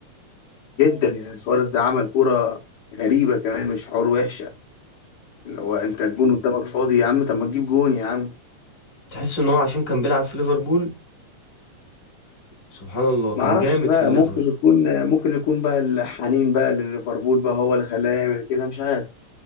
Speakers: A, on the left; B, on the left.
A: جدا يعني سواريز ده عمل كرة غريبة كمان مش حوار وحشة اللي هو انت الجون قدامك فاضي يا عم طب ما تجيب جون يا عم
B: تحس ان هو عشان كان بيلعب في ليفربول سبحان الله كان
A: ما اعرفش
B: جامد
A: بقى
B: في الليفر
A: ممكن يكون ممكن يكون بقى الحنين بقى لليفربول بقى هو اللي خلاه يعمل كده مش عارف